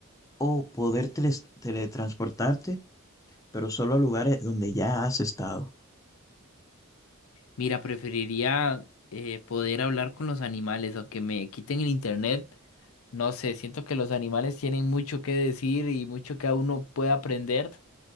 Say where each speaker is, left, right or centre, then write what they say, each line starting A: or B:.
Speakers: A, on the left; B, on the left.
A: o poder teles- teletransportarte, pero solo a lugares donde ya has estado?
B: Mira, preferiría eh, poder hablar con los animales, aunque me quiten el internet. No sé, siento que los animales tienen mucho que decir y mucho que a uno puede aprender.